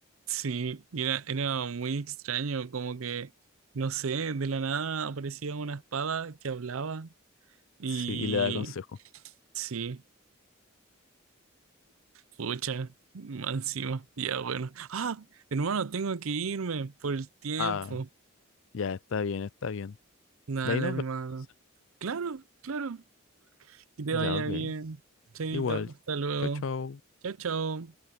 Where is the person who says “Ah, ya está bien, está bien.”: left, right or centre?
Left